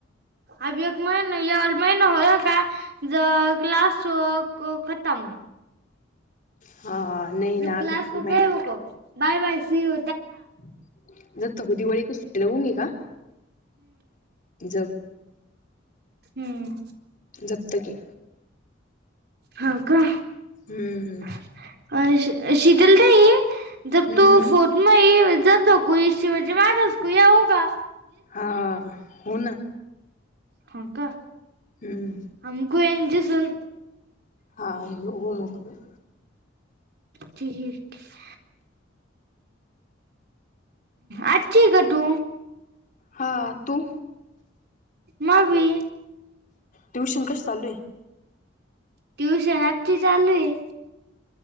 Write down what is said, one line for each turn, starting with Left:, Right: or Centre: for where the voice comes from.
Right: अभ एक महिना या अड महिना होय का ज क्लास खतम
Left: हा नाही
Right: जब
Left: ना
Right: क्लास
Left: महि
Right: को कहे वो को बाय बाय सीयु
Left: <unintelligible>
Right: हुम्म.
Left: जप्तकी
Right: हा का?
Left: हुम्मम.
Right: अ शीतल तई जब
Left: हम्म
Right: तो फोटो म जातो को शिवजी महारस को या हो का
Left: हा हो ना.
Right: हा का
Left: हम्म
Right: आणि कोळयाचीं सुन
Left: हां हो मोकले
Right: ठीक हाय. अच्छी है का तू?
Left: हा तू?
Right: मबी.
Left: ट्यूशन कश चालू हे?
Right: ट्युशन आजची चालू हे.